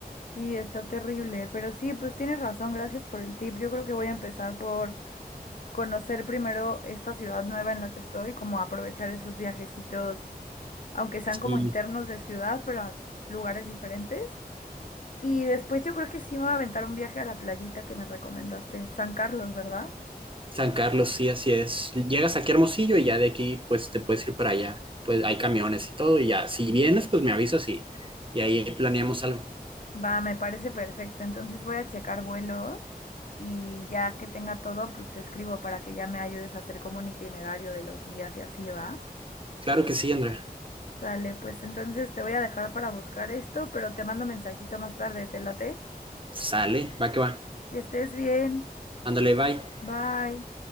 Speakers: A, on the left; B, on the right.
A: Sí, está terrible, pero sí, pues tienes razón, gracias por el tip. Yo creo que voy a empezar por conocer primero esta ciudad nueva en la que estoy, como aprovechar esos viajecitos, aunque sean
B: Sí,
A: como internos de ciudad, pero a lugares diferentes. Y después yo creo que sí me voy a aventar un viaje a la playita que me recomendaste, San Carlos, ¿verdad?
B: San Carlos, sí, así es. Llegas aquí a Hermosillo y ya de aquí, pues te puedes ir para allá. Pues hay camiones y todo, y ya, si vienes, pues me avisas y, y ahí planeamos algo.
A: Va, me parece perfecto. Entonces voy a checar vuelos y ya que tenga todo, pues te escribo para que ya me ayudes a hacer como un itinerario de los días y así va.
B: Claro que sí, Andrea.
A: Sale, pues entonces te voy a dejar para buscar esto, pero te mando mensajito más tarde, te late.
B: Sale, va que va.
A: Que estés bien.
B: Ándale, bye.
A: Bye.